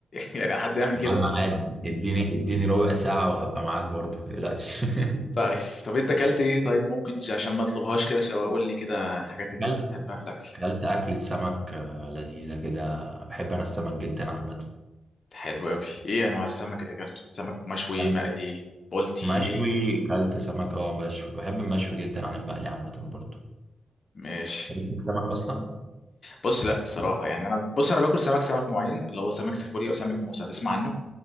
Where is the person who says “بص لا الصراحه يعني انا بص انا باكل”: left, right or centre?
Left